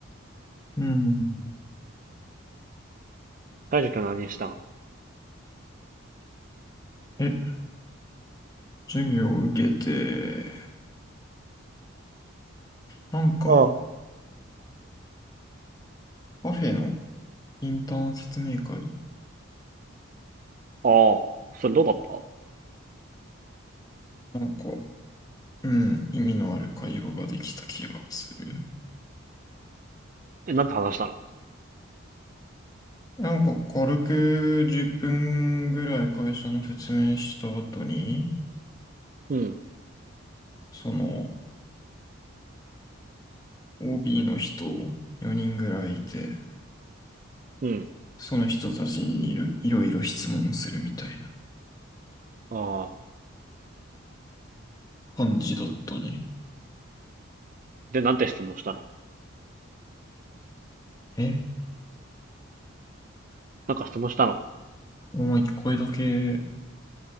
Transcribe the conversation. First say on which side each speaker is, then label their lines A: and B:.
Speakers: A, on the left; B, on the right.
A: うん。
B: 大樹君は何したん
A: え、授業を受けて、なんか、
B: あああ
A: カフェのインターン説明会、
B: あ、それどうだった
A: なんか、うん、意味のある会話ができた気がする。
B: え、なんて話したの
A: なんか、軽く10分ぐらい会社の説明した後に、
B: うん、
A: その、OB の人4人ぐらいいて、
B: うん、
A: その人たちにいる、いろいろ質問するみたいな
B: ああ。
A: 感じだったね。
B: で、なんて質問したの
A: え、
B: なんか質問したの
A: お前一回だけ、